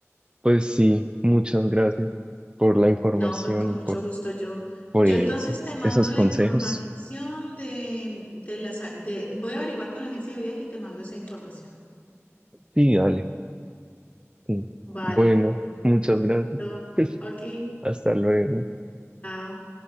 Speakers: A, on the right; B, on the left.
A: Pues sí, muchas gracias por la información
B: No, pues con mucho
A: y por,
B: gusto yo.
A: por
B: Yo
A: eso,
B: entonces te mando
A: esos
B: la
A: consejos.
B: información de, de las... De, voy a averiguar con la agencia de viaje y te mando esa información.
A: Sí, dale. sí.
B: Vale.
A: Bueno, muchas gracias.
B: Pero,
A: <laughs>
B: ok.
A: Hasta luego.
B: Chao.